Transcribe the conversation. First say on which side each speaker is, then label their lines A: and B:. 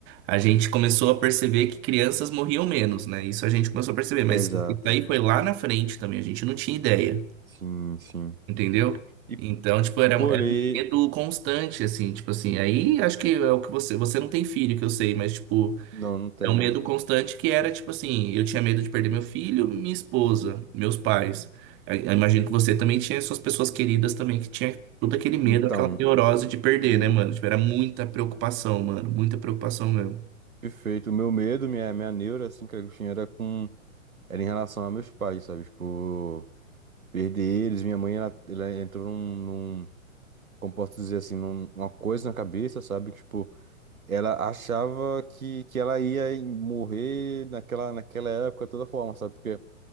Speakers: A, on the right; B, on the right.
A: a gente começou a perceber que crianças morriam menos, né? Isso a gente começou a perceber, mas
B: Exato.
A: isso aí foi lá na frente também, a gente não tinha ideia,
B: Sim, sim.
A: entendeu?
B: E,
A: Então, tipo, era, era
B: pô, ele-
A: um medo constante, assim, tipo assim. Aí acho que é o que você. Você não tem filho, que eu sei, mas, tipo.
B: Não, não tenho.
A: É um medo constante que era tipo assim, eu tinha medo de perder meu filho, minha esposa, meus pais. Eu- eu imagino que você também tinha suas pessoas queridas também que tinha todo aquele medo,
B: Então,
A: aquela neurose de perder,
B: o
A: né, mano? Tipo, era muita preocupação, mano, muita preocupação mesmo.
B: perfeito, o meu medo, minha, minha neura, assim, cara, que eu tinha era com. Era em relação a meus pais, sabe? Tipo, perder eles. Minha mãe, ela, ela entrou num, num. Como posso dizer assim, num- uma coisa na cabeça, sabe? Que, Tipo, ela achava que, que ela ia morrer naquela, naquela época, de toda forma, sabe? Porque